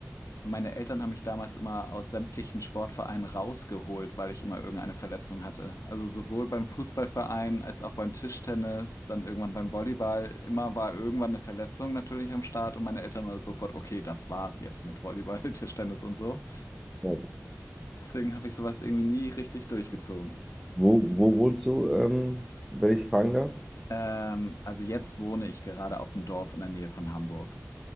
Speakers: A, on the left; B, in the centre.
A: Meine Eltern haben mich damals immer aus sämtlichen Sportvereinen rausgeholt, weil ich immer irgendeine Verletzung hatte. Also sowohl beim Fußballverein als auch beim Tischtennis, dann irgendwann beim Volleyball. Immer war irgendwann eine Verletzung natürlich am Start und meine Eltern waren sofort, okay, das war's jetzt mit Volleyball, <laughs> Tischtennis und so.
B: Ja.
A: Deswegen habe ich sowas irgendwie nie richtig durchgezogen.
B: Wo, wo wohnst du, ähm, wenn ich fragen darf?
A: Ähm, also jetzt wohne ich gerade auf dem Dorf in der Nähe von Hamburg.